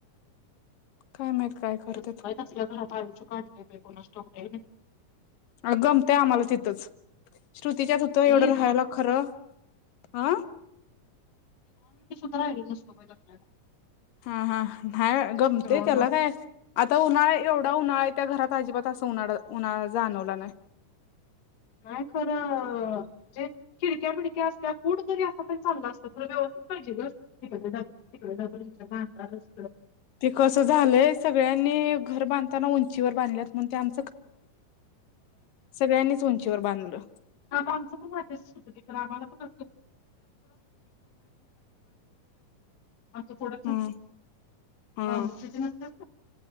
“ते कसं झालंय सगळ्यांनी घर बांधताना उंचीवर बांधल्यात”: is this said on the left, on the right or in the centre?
Left